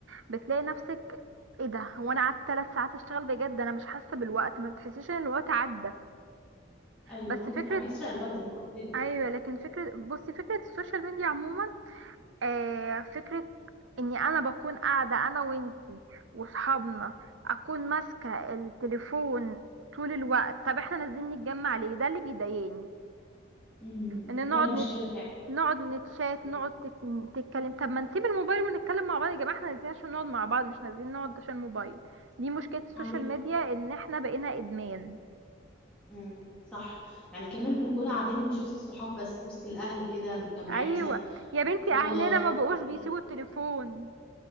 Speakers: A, on the right; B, in the centre.
A: بتلاقي نفسك ايه ده هو انا قعدت ثلاث ساعات اشتغل بجد انا مش حاسة بالوقت ما بتحسيش ان الوقت عدى
B: ايوه
A: بس
B: عندك
A: فكرة
B: حق بيسرق الوقت زي ما قلت لك
A: ايوه لكن فكرة بصي فكرة السوشيال ميديا عموما آه، فكرة اني انا بكون قاعدة انا وانتي وصحابنا اكون ماسكة التليفون طول الوقت طب احنا نازلين نتجمع ليه ده اللي بيضايقني
B: امم
A: ان نقعد
B: ده المشكله
A: نت...
B: فعلا
A: نقعد نتشات
B: أيوة،
A: نقعد تك... تتكلم طب ما نسيب الموبايل ونتكلم مع بعض يا جماعة احنا نازلين عشان نقعد مع بعض مش نازلين نقعد عشان الموبايل دي مشكلة السوشيال
B: عندك حق
A: ميديا ان احنا بقينا ادمان
B: امم صح يعني كمان بنكون قاعدين مش وسط الصحاب بس وسط الاهل كده متجمعين
A: ايوه
B: مثلا
A: يا
B: في
A: بنتي
B: الصاله
A: اهلنا
B: في
A: ما
B: المكان
A: بقوش بيسيبوا التليفون